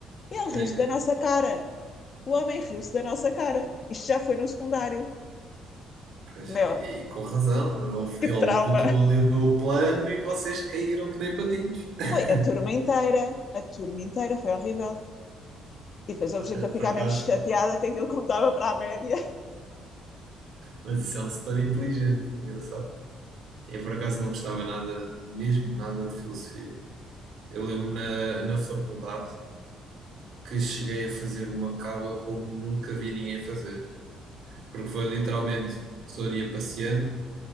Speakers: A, on the left (about 40°); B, on the right (about 65°).
A: Ele riu-se
B: Sim.
A: da nossa cara. O homem riu-se da nossa cara. Isto já foi no secundário.
B: Pois,
A: Meu,
B: E, e com razão, ele,
A: que trauma!
B: ele botou ali o plano e vocês caíram que nem patinhos. <laughs>
A: Foi a turma inteira, a turma inteira, foi horrível. E depois houve
B: Ah,
A: gente a ficar
B: Por acaso,
A: mesmo chateada que aquilo contava para a média.
B: mas isso é um setor inteligente, é engraçado. Eu por acaso não gostava nada, mesmo nada de filosofia. Eu lembro na, na faculdade que cheguei a fazer uma cábula como nunca vi ninguém fazer, porque foi literalmente o professor ia passeando,